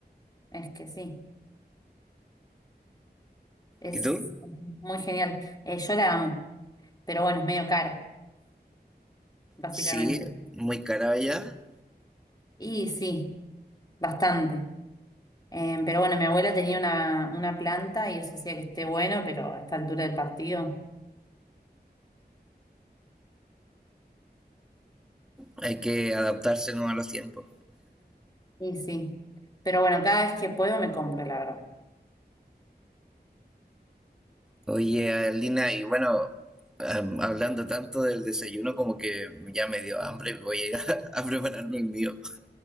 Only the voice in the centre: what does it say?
¿Y tú?
Sí, muy cara ya.
Hay que adaptarse ¿no? a los tiempos.
Oye, Lina, y bueno, am- hablando tanto del desayuno como que ya me dio hambre, voy a ir a, <laughs> a prepararme el mío.